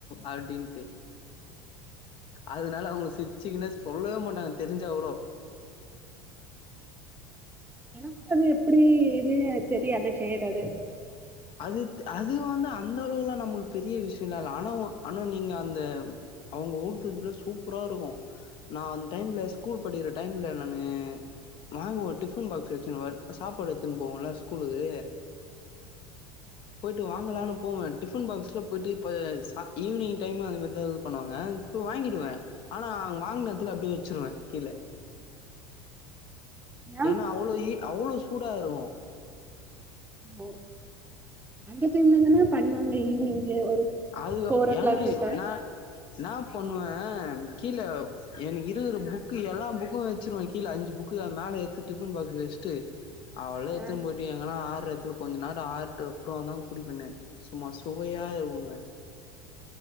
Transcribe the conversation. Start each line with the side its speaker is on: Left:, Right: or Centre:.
Left: அப்டின்ட்டு. அதனால அவங்க சிர் ச்சிக்குனே சொல்லவே மாட்டாங்க தெரிஞ்சா கூடோ <inaudible>
Right: எனக்கு அது எப்பிடி இது தெரியாது செய்யறது
Left: அது த் அது வந்து அந்த அளவுல்லா நம்மளுக்கு பெரிய விஷயோல்லா இல்ல ஆனா ஒ ஆனா நீங்க அந்த அவங்க ஊத்துறதுல சூப்பரா இருக்கு நா அந்த டைம்ல ஸ்கூல் படிக்கிற டைம்ல நானு நா ஒரு டிஃபன் பாக்ஸ் வச்சுருப்ப சாப்பாடு எடுத்துன்னு போவோல்ல ஸ்கூலுக்கு போயிட்டு வாங்கலான்னு போவே டிஃபன் பாக்ஸ்ல போயிட்டு இப்ப சா ஈவினிங் டைம் அது மாரிதா இது பண்ணுவாங்க. போய் வாங்கிடுவே ஆனா அங் வாங்குனதுல அப்டியே வச்சுருவே கீழ
Right: ஏன்
Left: ஏன்னா அவ்ளோ இ அவ்ளோ சூடாயிரு
Right: ஓ அந்த டைம்லதான பண்ணுவாங்க ஈவி்னிங்கு ஒரு
Left: அதுகோ
Right: ஃபோர் ஓ
Left: ஏ
Right: கிளாக் கிட்ட
Left: நா என்னா பண்ணுவே கீழ எனக்கு இருக்குற புக்கு எல்லா புக்கு வெச்சிருவ கீழ அஞ்சு புக்கு அ மேல எட்த்து டிஃபன் பாக்ஸ் வச்ட்டு அவ்ளதா எத்துன்னு
Right: ஆ
Left: போயிட்டு எங்கனா ஆ ற எடத்துல கொஞ்ச நேரோ ஆறுட்டு அப்றோந்தா குடிப்பனே சும்மா சுவையா இருக்குங்க